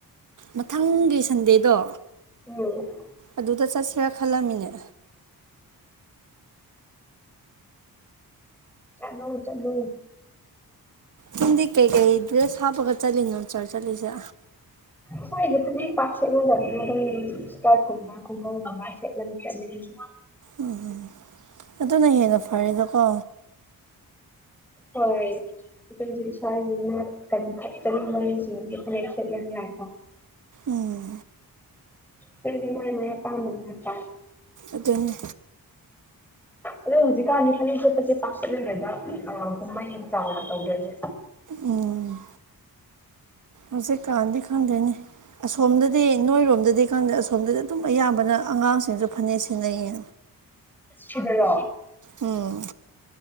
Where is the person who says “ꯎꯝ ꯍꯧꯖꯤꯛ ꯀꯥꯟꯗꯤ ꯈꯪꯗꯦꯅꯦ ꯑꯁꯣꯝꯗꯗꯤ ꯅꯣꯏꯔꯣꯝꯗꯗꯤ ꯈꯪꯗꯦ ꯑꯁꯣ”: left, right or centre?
Right